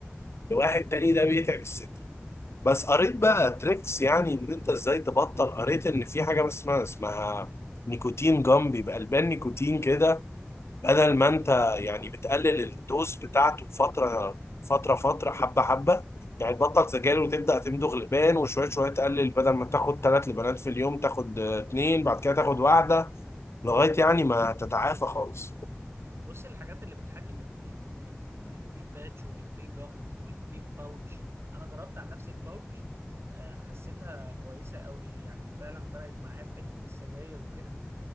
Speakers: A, on the left (about 70°); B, on the right (about 65°).
A: لواحد تاني ده بيتعب الصدر بس قريت بقى تريكس يعني ان انت ازاي تبطل قريت ان في حاجه بس اسمها اسمها نيكوتين جام بيبقى البان نيكوتين كده بدل ما انت يعني بتقلل الدوز بتاعته فتره فتره فتره حبه حبه يعني تبطل سجاير وتبدا تمضغ لبان وشويه شويه تقلل بدل ما تاخد ثلاث لبانات في اليوم تاخد آه، اتنين بعد كده تاخد واحده لغايه يعني ما تتعافى خالص
B: بص الحاجات اللي بتحاكي النيكوتين كتير في النيكوتين باتش والنيكوتين جام والنيكوتين باوتش انا جربت عن نفسي الباوتش آه، حسيتها كويسه قوي يعني فعلا فرقت معايا في حته السجاير وكده